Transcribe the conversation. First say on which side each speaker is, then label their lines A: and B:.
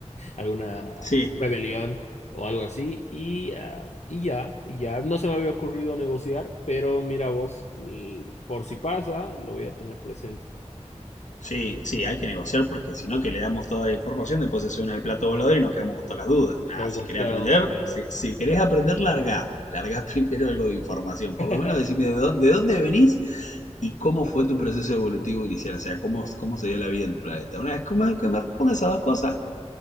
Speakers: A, on the left; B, on the left.
A: alguna
B: Sí,
A: rebelión o algo así. Y, ah, y ya, y ya. No se me había ocurrido negociar, pero mira vos, l- por si pasa, lo voy a tener presente.
B: Sí, sí, hay que negociar porque si no, que le damos toda la información, después se suben al plato volador y nos quedamos con todas las dudas. Nada,
A: Los
B: si
A: gosteados
B: querés aprender,
A: vamos
B: si, si
A: literal
B: querés aprender, larga. Larga <laughs> primero algo de información. Por
A: <laughs> entrar.
B: lo menos decime de dónde, de dónde venís y cómo fue tu proceso evolutivo inicial. O sea, cómo, cómo se dio la vida en tu planeta. Una vez que me, que me respondes a dos cosas,